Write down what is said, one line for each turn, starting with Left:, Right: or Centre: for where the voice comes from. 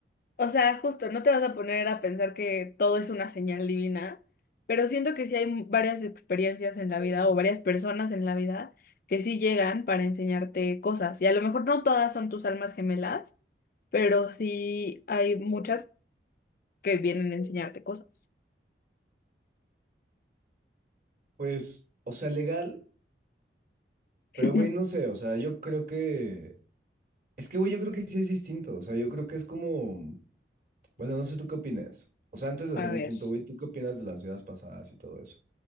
Left: O sea, justo, no te vas a poner a pensar que todo es una señal divina, pero siento que sí hay varias experiencias en la vida o varias personas en la vida que sí llegan para enseñarte cosas. Y a lo mejor no todas son tus almas gemelas, pero sí hay muchas que vienen a enseñarte cosas.
Right: Pues, o sea, legal, pero
Left: <laughs>
Right: güey, no sé, o sea, yo creo que... Es que, güey, yo creo que sí es distinto, o sea, yo creo que es como... Bueno, no sé tú qué opinas. O sea, antes de
Left: A
Right: hacer mi
Left: ver.
Right: punto, güey, ¿tú qué opinas de las vidas pasadas y todo eso?